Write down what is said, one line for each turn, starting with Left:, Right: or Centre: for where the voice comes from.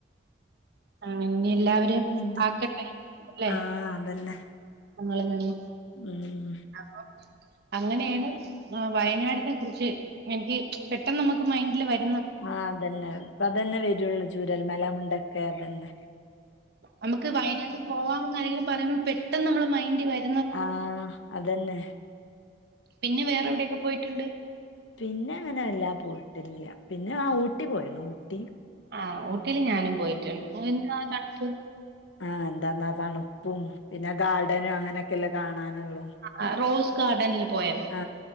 Right: അ ഇനി എല്ലാവരും
Left: പിന്നെ
Right: ആക്കട്ടെ ല്ലെ
Left: ആഹ് അതന്നെ
Right: ഞങ്ങളിൽ നിന്നും
Left: ഉം
Right: അപ്പൊ അങ്ങനെയാണ് വയനാടിനെ കുറിച്ച് എനിക്ക് പെട്ടെന്ന് നമുക്ക് മൈൻഡില് വര
Left: ആ അതന്നെ ഇപ്പ അതന്നെ വരുള്ളൂ ചൂരൽ മല മുണ്ടക്കൈ അതന്നെ
Right: നമുക്ക് വയനാട് പോവാം ന്നൊക്കെ ആരേലും പറയുമ്പോ പെട്ടെന്ന് നമ്മളെ മൈന്റ്ല് വര
Left: ആ അതെന്നെ
Right: പിന്നെ വേറെ എവിടൊക്കെ പോയിട്ടുണ്ട്
Left: പിന്നെ അങ്ങനെ വല്ലാതെ പോയിട്ടില്ല. പിന്നെ ആ ഊട്ടി പോയി ണു ഊട്ടി
Right: ആ ഊട്ടീല് ഞാനും പോയി് എന്താ തണുപ്പ്
Left: ആ എന്താന്നോ തണുപ്പും പിന്നെ ഗാർഡനും അങ്ങനെയൊക്കെല്ല കാണാനൊള്ളൂ.
Right: ആ റോസ് ഗാർഡനിൽ പോയോ
Left: ആ